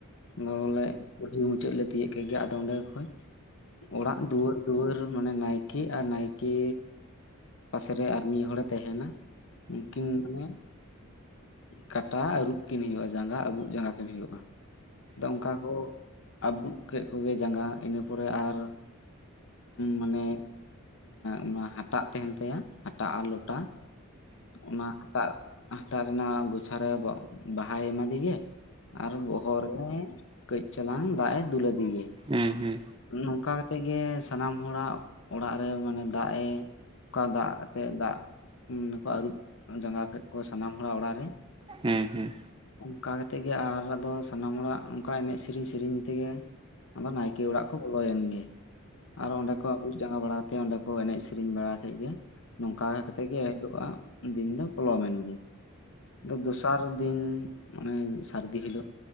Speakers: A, on the left; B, on the right.
A: ᱟᱫᱚ ᱵᱚᱞᱮ ᱠᱩᱞᱦᱤ ᱢᱩᱪᱟᱹᱫ ᱞᱮ ᱛᱤᱭᱟᱜ ᱠᱮᱫᱜᱮ ᱟᱫᱚ ᱚᱸᱰᱮ ᱠᱷᱚᱡ ᱚᱲᱟᱜ ᱫᱩᱣᱟᱹᱨ ᱫᱩᱣᱟᱹᱨ ᱢᱟᱱᱮ ᱱᱟᱭᱠᱮ ᱟᱨ ᱱᱟᱭᱠᱮ ᱯᱟᱥᱮ ᱨᱮ ᱟᱨ ᱢᱤᱫ ᱦᱚᱲᱮ ᱛᱟᱦᱮᱱᱟ ᱩᱱᱠᱤᱱᱮ ᱠᱟᱴᱟ ᱟᱹᱨᱩᱵ ᱠᱤᱱ ᱦᱩᱭᱩᱜᱼᱟ ᱡᱟᱸᱜᱟ ᱟᱹᱵᱩᱩᱜ ᱡᱟᱸᱜᱟ ᱠᱤᱱ ᱦᱩᱭᱩᱜᱼᱟ ᱟᱫᱚ ᱚᱱᱠᱟ ᱠᱚ ᱟᱵᱩᱜ ᱠᱮᱫ ᱠᱚᱜᱮ ᱡᱟᱸᱜᱟ ᱤᱱᱟᱹ ᱯᱚᱨᱮ ᱟᱨ ᱢᱟᱱᱮ ᱚᱱᱟ ᱦᱟᱴᱟᱜ ᱛᱟᱦᱮᱱ ᱛᱟᱭᱟ ᱦᱟᱴᱟᱜ ᱟᱨ ᱞᱚᱴᱟ ᱚᱱᱟ ᱦᱟᱴᱟᱜ ᱦᱟᱴᱟᱜ ᱨᱮᱱᱟᱜ ᱜᱚᱪᱷᱟᱨᱮ ᱵᱟᱦᱟᱭ ᱮᱢᱟᱫᱮᱜᱮ ᱟᱨ ᱵᱚᱦᱚᱜ ᱨᱮ ᱠᱟᱹᱪ ᱪᱟᱞᱟᱝ ᱫᱟᱜ ᱮ ᱫᱩᱞ ᱟᱫᱮᱜᱮ
B: ᱦᱮᱸ ᱦᱮᱸ
A: ᱚᱱᱮ ᱚᱱᱚᱝᱠᱟ ᱠᱟ ᱠᱟᱛᱮᱫ ᱜᱮ ᱥᱟᱱᱟᱢ ᱦᱚᱲᱟᱜ ᱚᱲᱟᱜ ᱨᱮ ᱢᱟᱱᱮ ᱫᱟᱜ ᱮ ᱚᱠᱟ ᱫᱟᱜ ᱛᱮ ᱫᱟᱜ ᱠᱚ ᱟᱹᱨᱩᱵ ᱡᱟᱸᱜᱟ ᱠᱮᱫ ᱠᱚᱣᱟ ᱥᱟᱱᱟᱢ ᱦᱚᱲᱟᱜ ᱚᱲᱟᱜ ᱨᱮ
B: ᱦᱮᱸ ᱦᱮᱸ
A: ᱚᱱᱠᱟ ᱠᱟᱛᱮᱫ ᱜᱮ ᱟᱨ ᱟᱫᱚ ᱥᱟᱱᱟᱢ ᱦᱚᱲᱟᱜ ᱚᱱᱠᱟ ᱮᱱᱮᱡ ᱥᱮᱨᱮᱧ ᱥᱮᱨᱮᱧ ᱛᱮᱜᱮ ᱟᱫᱚ ᱱᱟᱭᱠᱮ ᱚᱲᱟᱜ ᱠᱚ ᱵᱚᱞᱚᱭᱮᱱ ᱜᱮ᱾ ᱟᱨ ᱚᱸᱰᱮ ᱠᱚ ᱟᱹᱵᱩᱵ ᱡᱟᱸᱜᱟ ᱵᱟᱲᱟ ᱠᱟᱛᱮᱜ ᱚᱸᱰᱮ ᱠᱚ ᱮᱱᱮᱡ ᱥᱮᱨᱮᱧ ᱵᱟᱲᱟ ᱠᱮᱜ ᱜᱮ᱾ ᱱᱚᱝᱠᱟ ᱠᱟᱛᱮᱜ ᱜᱮ ᱩᱱ ᱦᱤᱞᱳᱜᱼᱟᱜ ᱫᱤᱱ ᱫᱚ ᱯᱚᱞᱚᱢᱮᱱ ᱜᱮ᱾ ᱫᱚ ᱫᱚᱥᱟᱨ ᱫᱤᱱ ᱢᱟᱱᱮ ᱥᱟᱹᱨᱫᱤ ᱦᱤᱞᱳᱜ